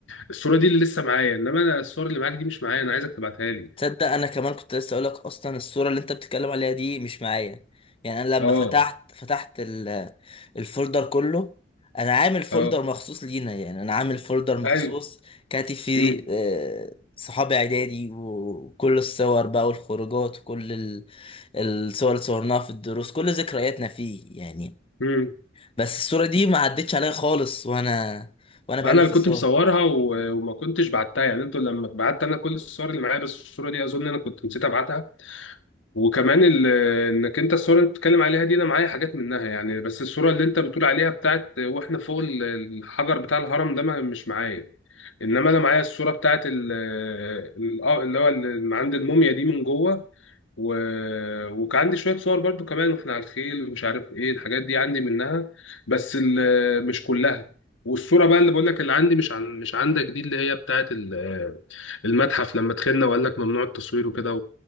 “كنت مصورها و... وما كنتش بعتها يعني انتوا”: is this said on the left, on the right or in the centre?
Left